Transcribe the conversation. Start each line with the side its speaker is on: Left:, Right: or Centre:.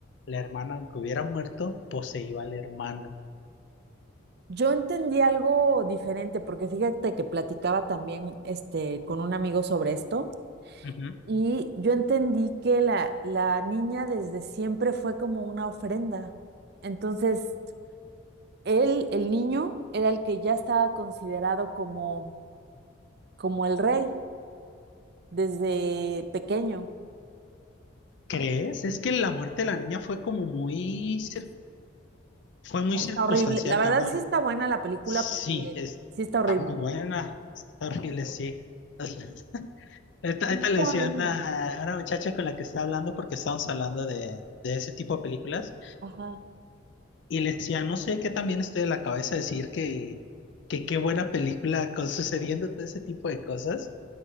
Left: la hermana, aunque hubiera muerto, poseía al hermano.
Right: Yo entendí algo diferente, porque fíjate que platicaba también este, con un amigo sobre esto,
Left: Ujú.
Right: y yo entendí que la, la niña desde siempre fue como una ofrenda. Entonces, él, el niño, era el que ya estaba considerado como, como el rey desde pequeño.
Left: ¿Crees? Es que la muerte de la niña fue como muy, cir- fue muy circunstancial,
Right: Está horrible. La verdad
Left: perdón.
Right: sí está buena la película
Left: Sí,
Right: porque
Left: es-
Right: sí está horrible.
Left: está muy buena, está horrible, sí. <laughs> Esta,
Right: Está
Left: esta le decía
Right: horrible.
Left: a una, a una muchacha con la que estaba hablando porque estábamos hablando de, de ese tipo de películas
Right: Ajá.
Left: Y le decía, no sé qué también estoy de la cabeza decir que, que qué buena película con sucediendo todo ese tipo de cosas.